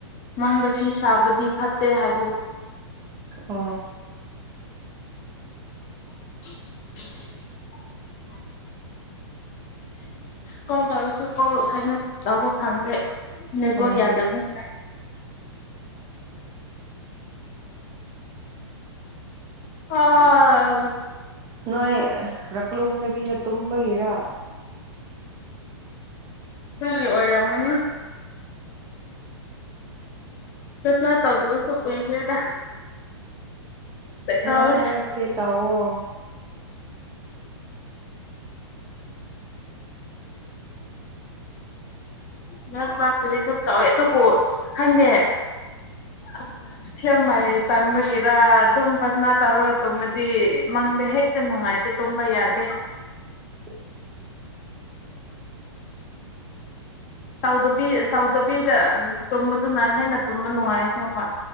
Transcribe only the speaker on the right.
ꯑ
ꯑꯣ
ꯅꯣꯏ ꯔꯛꯂꯨꯗꯕꯤꯅ ꯇꯨꯝꯕꯒꯤꯔ
ꯃꯔꯛ ꯃꯔꯛꯇꯤ ꯇꯧꯋꯣ
ꯁꯤ